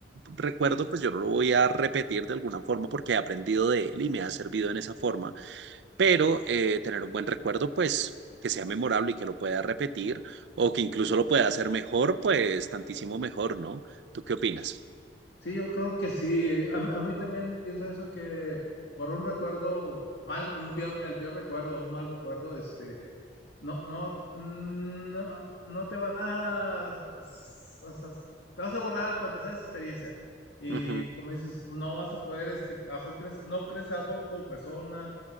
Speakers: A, on the right; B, on the left.
A: recuerdo, pues yo no lo voy a repetir de alguna forma porque he aprendido de él y me ha servido en esa forma pero eh, tener un buen recuerdo, pues que sea memorable y que lo pueda repetir o que incluso lo pueda hacer mejor, pues tantísimo mejor, ¿no? ¿Tú qué opinas?
B: Sí, yo creo que sí. A, mí a mí también pienso eso, que borrar un recuerdo mal, un peor, el peor recuerdo, un mal recuerdo, este, no, no, mm, no, no te va a, a- a- te vas a borrar para empezar esa experiencia. Y
A: Ujú,
B: como dices, no vas a poder, este, ajo, crees, no creces ajo como persona,